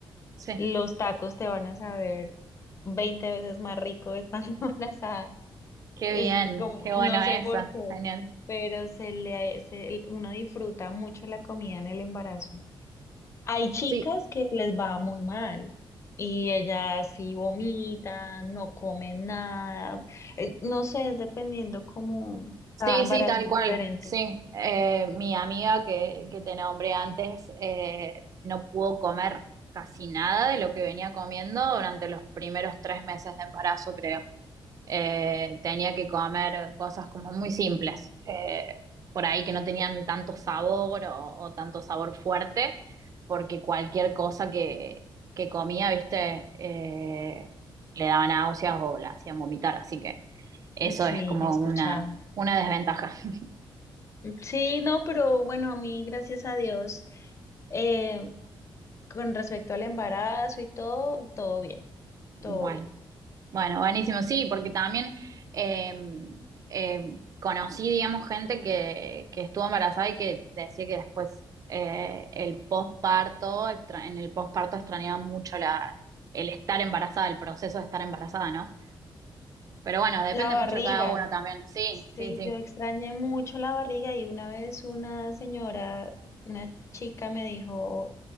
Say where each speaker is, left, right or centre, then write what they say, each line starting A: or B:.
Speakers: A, on the right; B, on the left.
A: sí.
B: los tacos te van a saber 20 veces más rico estando <laughs> embarazada.
A: Qué
B: Es
A: bien,
B: como,
A: qué bueno
B: no sé
A: eso,
B: por qué,
A: genial.
B: pero se le, se- uno disfruta mucho la comida en el embarazo. Hay chicas
A: Sí,
B: que les va muy mal y ellas sí vomitan, no comen nada, eh, no sé, es dependiendo cómo
A: sí,
B: cada embarazo
A: sí, tal
B: es
A: cual,
B: diferente.
A: sí. Eh, mi amiga que, que te nombré antes eh, no pudo comer casi nada de lo que venía comiendo durante los primeros tres meses de embarazo, creo. eh, tenía que comer cosas como muy simples, eh, por ahí que no tenían tanto sabor o, o tanto sabor fuerte, porque cualquier cosa que, que comía, viste, eh, le daba náuseas o la hacían vomitar, así que eso
B: Sí,
A: es como
B: ya he escuchado.
A: una, una desventaja. <laughs>
B: Sí, no, pero bueno, a mí, gracias a Dios, eh, con respecto al embarazo y todo, todo bien,
A: Bueno.
B: todo bien.
A: Bueno, buenísimo, sí, porque también eh, eh, conocí, digamos, gente que, que estuvo embarazada y que decía que después eh, el posparto, extra- en el posparto extrañaba mucho la, el estar embarazada, el proceso de estar embarazada, ¿no? Pero bueno, depende
B: La barriga.
A: mucho de cada uno también. Sí,
B: Sí,
A: sí, sí,
B: yo extrañé mucho la barriga y una vez una señora, una chica me dijo,